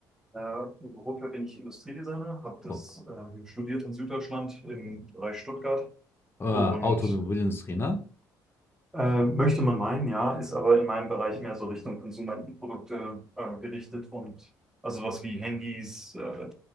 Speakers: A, in the centre; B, on the left.
A: Äh, beruflich bin ich Industriedesigner, habe das
B: Oh,
A: ähm, studiert in Süddeutschland im Bereich Stuttgart
B: äh,
A: und
B: Automobilindustrie, ne?
A: äh, möchte man meinen, ja, ist aber in meinem Bereich mehr so Richtung Konsumentenprodukte äh, gerichtet und also was wie Handys, äh,